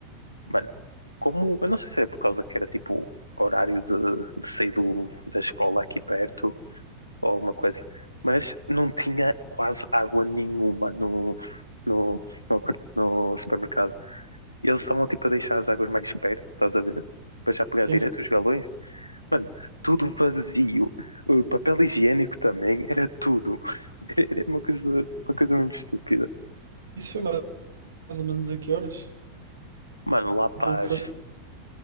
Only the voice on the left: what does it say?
Mano, como, eu não sei se é por causa que era tipo horário de, de sair do, da escola aqui perto ou alguma coisa, mas não tinha quase água nenhuma no, no, no, no supermercado. E eles estavam tipo a deixar as águas mais perto, estás a ver? Para já pegar
direto
os galões. Mano, tudo vazio. O papel higiênico também era tudo. <laughs> Era uma coisa, uma coisa mesmo estúpida.
Mano, lá paz.